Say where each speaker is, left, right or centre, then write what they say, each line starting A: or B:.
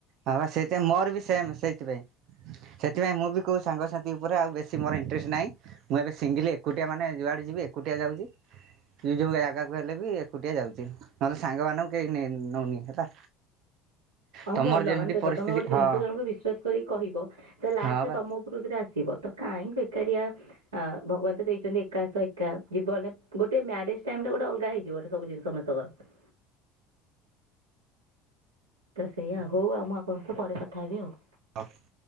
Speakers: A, on the right (about 50°); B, on the right (about 80°).
A: ହଁ ବା ସେଇଥିପାଇଁ ମୋର ବି ସେମ୍ ସେଇଥିପାଇଁ। ସେଥିପାଇଁ ମୁଁ ବି କୋଉ ସାଙ୍ଗସାଥି ଉପରେ ଆଉ ବେଶୀ ମୋର ଇଣ୍ଟରେଷ୍ଟ ନାହିଁ। ମୁଁ ଏବେ ସିଙ୍ଗିଲି ଏକୁଟିଆ ମାନେ ଯୁଆଡେ ଯିବି ଏକୁଟିଆ ଯାଉଚି ମୁଁ ଯୋଉ ଜାଗାକୁ ହେଲେ ବି ଏକୁଟିଆ ଯାଉଚି। ନହେଲେ ସାଙ୍ଗମାନଙ୍କୁ କେଇ ନେ ନଉନି ହେଲା।
B: ହଁ
A: ତମର
B: ଭଲ
A: ଯେମିତି
B: ମାନେ ଦେଖ
A: ପରିସ୍ଥିତି
B: ତୋମେ ଗୋଟେ ଜିନିଷ
A: ହଁ
B: ଜଣଙ୍କୁ ବିଶ୍ଵାସ କରିକି କହିବ ସେ ଲାଷ୍ଟରେ
A: ହଁ ବା।
B: ତୋମ ପଟକୁ ସେଟା ଆସିବ ତ କାଇଁ ବେକାରିଆ ଆ, ଭଗବାନ ତ ଦେଇଚନ୍ତି ଏକାଶହ ଏକା। ଜୀବନରେ ଗୋଟେ ମ୍ୟାରେଜ୍ ଟାଇମ୍ ରେ ଗୋଟେ ଅଲଗା ହେଇଯିବ। ଏଟା ସବୁ ଜିନ ସମସ୍ତଙ୍କର। ତ ସେଇଆ ହଉ ଆଉ ମୁଁ ଆପଣଙ୍କ ସହ ପରେ କଥା ହେବି ଆଉ।
A: ହଁ।